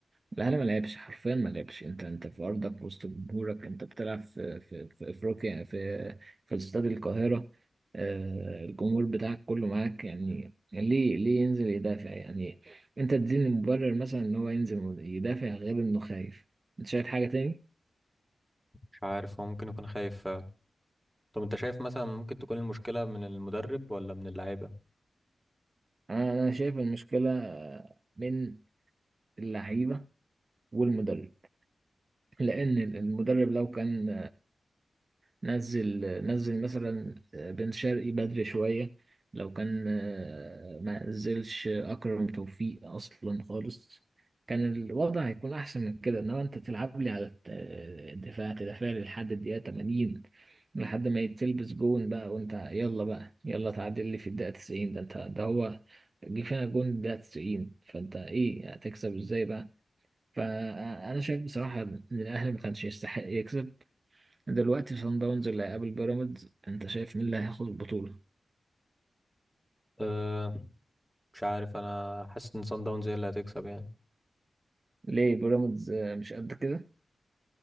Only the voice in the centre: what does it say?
مش عارف هو ممكن يكون خايف فعلا طب انت شايف مثلا ممكن تكون المشكلة من المدرب ولا من اللعيبة
أه مش عارف انا حاسس ان سان داونز هي اللي هتكسب يعني